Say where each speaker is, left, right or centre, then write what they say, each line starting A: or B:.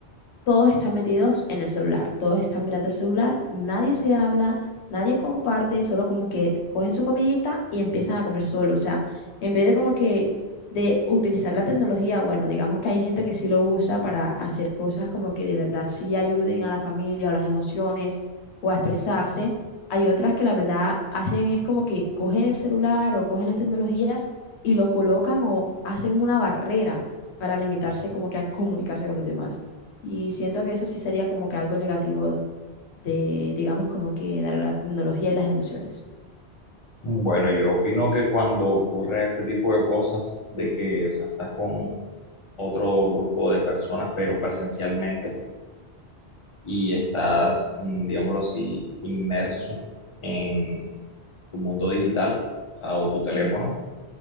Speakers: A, on the left (about 80°); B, on the left (about 35°).
A: todos están metidos en el celular, todos están mirando el celular, nadie se habla, nadie comparte, solo como que cogen su comidita y empiezan a comer solo. O sea, en vez de como que de utilizar la tecnología, bueno, digamos que hay gente que sí lo usa para hacer cosas como que de verdad sí ayuden a la familia o las emociones o a expresarse. Hay otras que la verdad hacen es como que cogen el celular o cogen las tecnologías y lo colocan o hacen una barrera para limitarse como que a comunicarse con los demás. Y siento que eso sí sería como que algo negativo de, digamos, como que dar a la tecnología y las emociones.
B: Bueno, yo opino que cuando ocurre ese tipo de cosas, de que o sea, estás con otro grupo de personas, pero presencialmente, y estás, mm, digámoslo así, inmerso en tu mundo digital ah, o tu teléfono,
A: Sí,